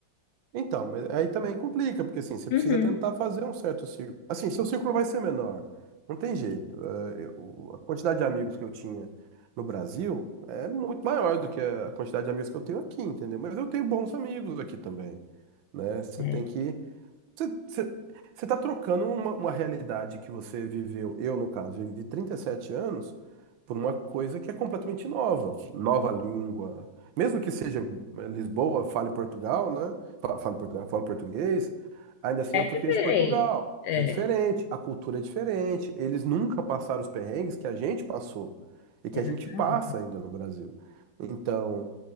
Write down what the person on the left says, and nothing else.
Uhum.
É,
é
diferente.
É,
exatamente.